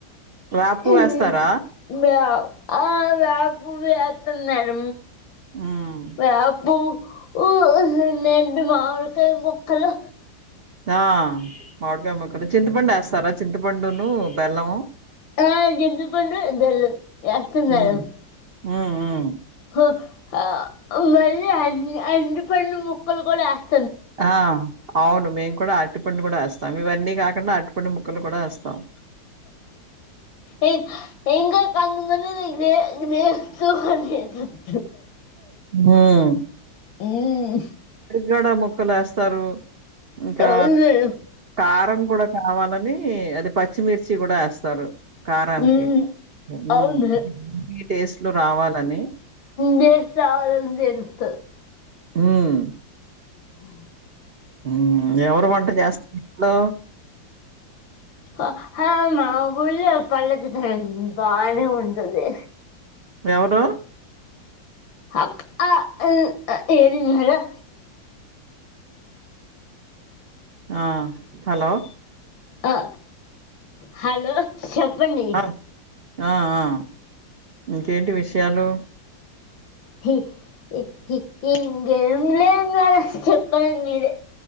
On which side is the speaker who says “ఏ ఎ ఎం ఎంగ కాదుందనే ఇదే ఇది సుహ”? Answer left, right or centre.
Left